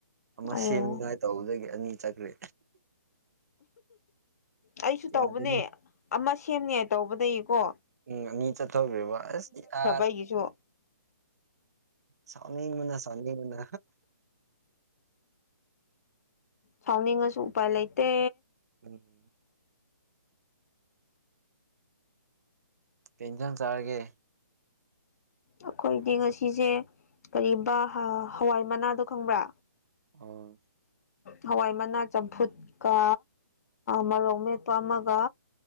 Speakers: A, on the right; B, on the left.
A: ꯑꯃ
B: ꯑꯣ
A: ꯁꯦꯝꯅꯤꯉꯥꯏ ꯇꯧꯗꯒꯤ ꯑꯅꯤ ꯆꯠꯈ꯭ꯔꯦ
B: ꯑꯩꯁꯨ ꯇꯧꯕꯅꯦ
A: ꯌꯥꯗꯦꯅꯦ
B: ꯑꯃ ꯁꯦꯝꯅꯤꯡꯉꯥꯏ ꯇꯧꯕꯗꯩꯀꯣ
A: ꯎꯝ ꯃꯤ ꯆꯠꯊꯈꯤꯕ ꯑꯁ ꯌꯥ
B: ꯑꯩꯒꯤꯁꯨ
A: ꯁꯥꯎꯅꯤꯪꯕꯅꯥ ꯁꯥꯑꯣꯅꯤꯪꯕꯅꯥ
B: ꯁꯥꯎꯅꯤꯡꯉꯁꯨ ꯎꯄꯥꯏ ꯂꯩꯇꯦ
A: ꯎꯝ ꯀꯩ ꯍꯦꯟꯖꯥꯡ ꯆꯥꯔꯒꯦ
B: ꯑꯩꯈꯣꯏꯗꯤ ꯉꯁꯤꯁꯦ ꯀꯔꯤꯕ ꯍꯋꯥꯏ ꯃꯅꯥꯗꯣ ꯈꯪꯕ꯭ꯔꯥ
A: ꯑꯝ
B: ꯍꯋꯥꯏ ꯃꯅꯥ ꯆꯝꯐꯨꯠꯀ ꯃꯔꯣꯛ ꯃꯦꯠꯄ ꯑꯃꯒ